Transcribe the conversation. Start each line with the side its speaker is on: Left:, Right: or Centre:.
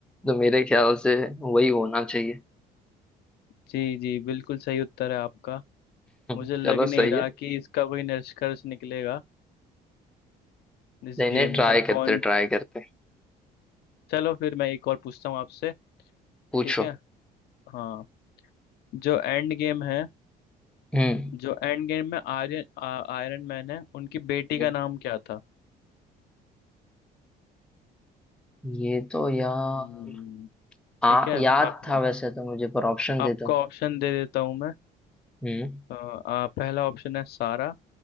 Centre: तो मेरे ख्याल से वही होना चाहिए
Left: जी जी बिल्कुल सही उत्तर है आपका
Centre: <laughs>
Left: मुझे लग
Centre: चलो
Left: नहीं
Centre: सही
Left: रहा
Centre: है
Left: कि इसका कोई निष्कर्ष निकलेगा इस
Centre: नहीं
Left: गेम
Centre: नहीं ट्राई
Left: का
Centre: करते
Left: कौन
Centre: ट्राई करते
Left: चलो फिर मैं एक और पूछता हूँ आपसे
Centre: पूछो
Left: ठीक है हाँ जो एंड गेम है
Centre: हम्म
Left: जो एंड गेम में आर्यन आ- आयरन मैन है उनकी बेटी
Centre: हम्म।
Left: का नाम क्या था
Centre: ये तो यार
Left: हम्म, ठीक
Centre: आ,
Left: है
Centre: याद
Left: आप
Centre: था वैसे तो मुझे पर ऑप्शन देता
Left: आपको ऑप्शन दे देता हूँ मैं
Centre: हम्म
Left: अ, आ, पहला ऑप्शन है सारा